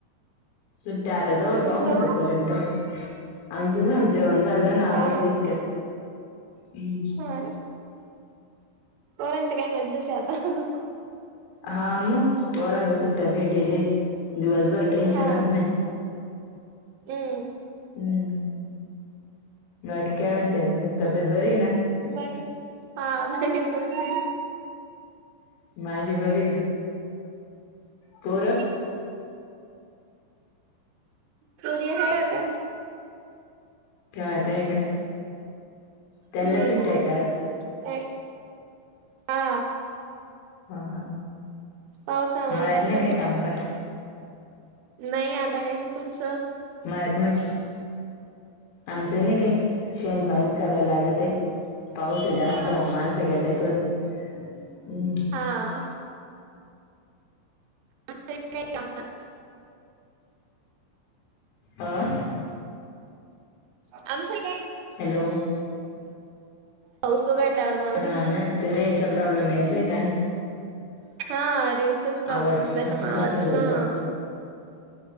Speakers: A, on the left (about 80°); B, on the right (about 90°).
A: सुट्ट्या आता जवळ
B: तुमचं
A: पाऊस आहे तोपर्यंत आमचं झालं जेवण. झालं ना आवरलं
B: हा
A: इतक्यात हम्म.
B: हा ना पोरांची काय मज्जाच आहे आता.
A: हा मग पोरांना सुट्ट्या भेटेले दिवसभर. टेन्शनच
B: हा
A: नाही
B: हम्म.
A: हम्म म. बाकी काय म्हणते अजून तंब्येत बरी आहे ना?
B: बरी हा नाय तुमची
A: माझी बरी आहे ना पोर.
B: <inaudible> पुरी हाये आत्या?
A: खेळत्या ते आहे काय? त्यांना
B: हम्म हम्म.
A: सुट्ट्या आहे का आज
B: काय हा.
A: हा हा
B: पावसामुळे
A: मळ्यात
B: त्यानले
A: नाही
B: असं
A: काय काम काय
B: नाही आता काय कि तुमचं
A: माहित नाय आमचं नाही काय शेण पाणीच कराय लागत आहे. पाऊस आहे जास्त
B: हा
A: मग माणसं घ्यात आहे करून हम्म.
B: हा. <unintelligible>
A: आं
B: आमच्या काय
A: हॅलो
B: पाऊस उघडल्यावर मग होतील
A: हा
B: सुरू
A: ना ते रेंजचा प्रॉब्लेम येतोय
B: हम्म
A: का ना.
B: हा रेंजचाच प्रॉब्लेम
A: आवाज
B: होता त्याच्यामुळे
A: असं
B: आवाज
A: खरखर
B: हा
A: येतय.